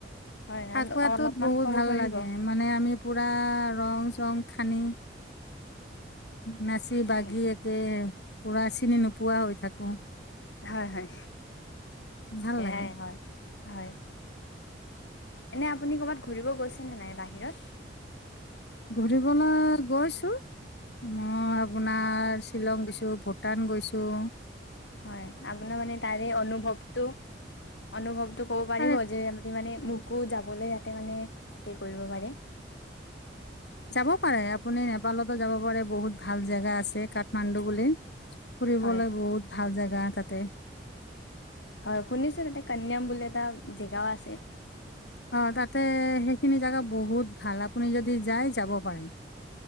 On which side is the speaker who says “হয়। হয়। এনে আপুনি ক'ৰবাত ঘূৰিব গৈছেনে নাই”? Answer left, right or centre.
Left